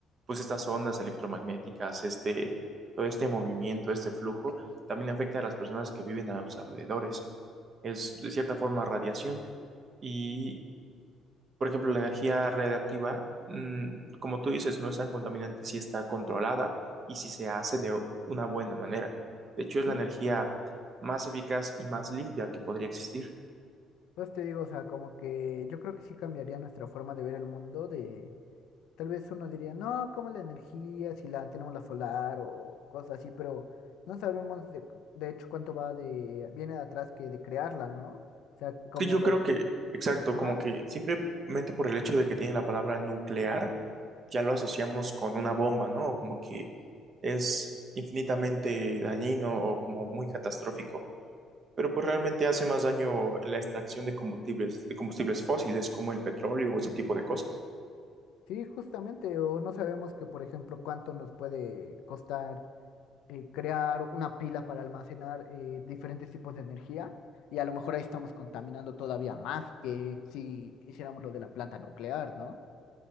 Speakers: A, on the right (about 35°); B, on the left (about 75°).
A: pues estas ondas electromagnéticas, este, todo este movimiento, este flujo, también afecta a las personas que viven a los alrededores. Es de cierta forma radiación y por ejemplo, la energía radiactiva, mm, como tú dices, no es tan contaminante si está controlada y si se hace de una buena manera. De hecho, es
B: Sí,
A: la energía más eficaz y más limpia que podría existir.
B: pues te digo, o sea, como que yo creo que sí cambiaría nuestra forma de ver el mundo, de Tal vez uno diría, no, como la energía, si la tenemos la solar o cosas así, pero no sabemos de, de hecho cuánto va de, viene de atrás que de crearla, ¿no? O sea, como
A: Que yo
B: los,
A: creo que, exacto,
B: ajá,
A: como que simplemente por el hecho de que tiene la palabra nuclear, ya lo asociamos con una bomba, ¿no? Como que es infinitamente dañino o como muy catastrófico. Pero pues realmente hace más daño la extracción de combustibles, de combustibles fósiles como el petróleo o ese tipo de cosas.
B: sí, justamente, o no sabemos que, por ejemplo, cuánto nos puede costar eh, crear una pila para almacenar eh, diferentes tipos de energía, y a lo mejor ahí estamos contaminando todavía más que si hiciéramos lo de la planta nuclear, ¿no?